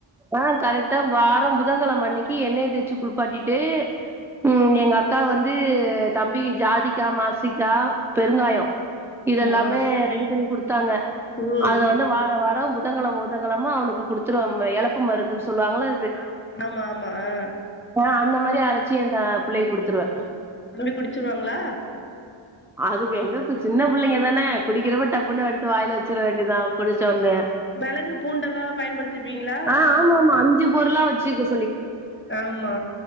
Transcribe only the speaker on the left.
ஆமா.
ம்.
ஆம் ஆமாமா அ
தம்பி குடிச்சிருவாங்ளா
மெளகு பூண்டெல்லா பயன்படுத்துப்பீங்ளா
ஆமா